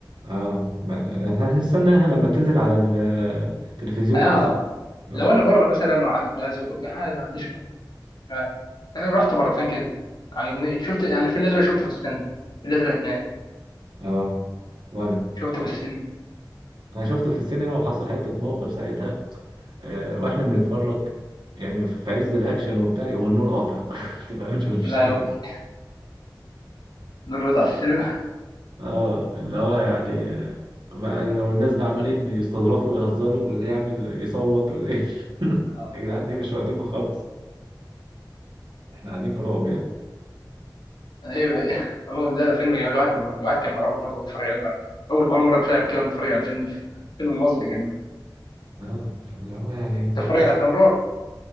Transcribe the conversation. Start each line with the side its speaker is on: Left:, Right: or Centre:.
Right: اه ب- هنستناها لما بتنزل على التلفزيون
Left: اه
Right: احسن اه
Left: لو انا بره مثلا وحد عايز يخرج عادي ما عنديش مانع. انا رحت مرتين كده عجبني شفت يعني في الازرق شفته في السينما في الازرق اتنين
Right: آه. وانا
Left: شفته في السينما
Right: انا شفته في السينما وحصل حتة موقف ساعتها آه، واحنا بنتفرج يعني في عز الاكشن وبتاع يقوم النور قاطع <laughs> ما تفهمش إيه المشكله
Left: يا لهوي نور رضا على السينما <laughs>
Right: اه اللي هو يعني آه، بقى لو الناس بقى عمالين بيستظرفوا ويهزروا واللي يعمل يصوت واللي <laughs>
Left: آه.
Right: يا جدعان ايه مش وقتكم خالص احنا قاعدين في رعب يعني
Left: ايوه ايوه هو لا ده فيلم جميل الواحد الواحد كان مرعوب برضه بيتفرج عليه اول اول مرة اترعب كده وأنا بتفرج على فيلم فيلم مصري كمان
Right: اه فاللي هو يعني انت
Left: تتفرج
Right: بس
Left: على افلام رعب؟